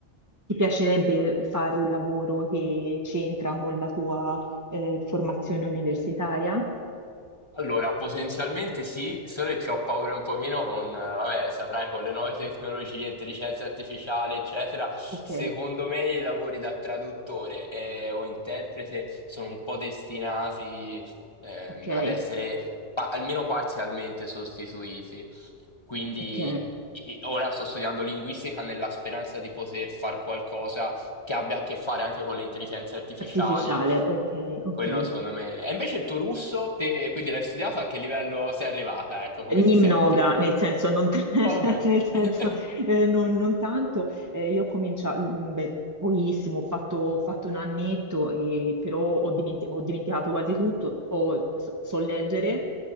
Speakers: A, on the right; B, on the left.
A: ti piacerebbe fare un lavoro che c'entra con la tua eh, formazione universitaria?
B: Allora, potenzialmente sì, solo che ci ho paura un pochino con, eh, vabbè, saprai, con le nuove tecnologie, intelligenza artificiale, eccetera. Secondo
A: Ok,
B: me i lavori da traduttore eh, o interprete sono un po' destinati ehm,
A: ok,
B: ad essere pa- almeno parzialmente sostituiti. Quindi
A: ok.
B: i- i- ora sto studiando linguistica nella speranza di poter fare qualcosa che abbia a che fare anche con le intelligenze artificiali
A: Artificiale, ok, ok.
B: quello secondo me. E invece il tuo russo, te, quindi l'hai studiato, a che livello sei arrivata? Ecco, come
A: Nimnoga,
B: ti senti?
A: nel senso, non, t- <laughs>
B: Ok.
A: nel senso,
B: <laughs>
A: eh, non- non tanto, Eh, io ho cominciato, mm, beh, pochissimo, ho fatto, ho fatto un annetto, e- però ho, dimenti- ho dimenticato quasi tutto, Ho- so, so leggere,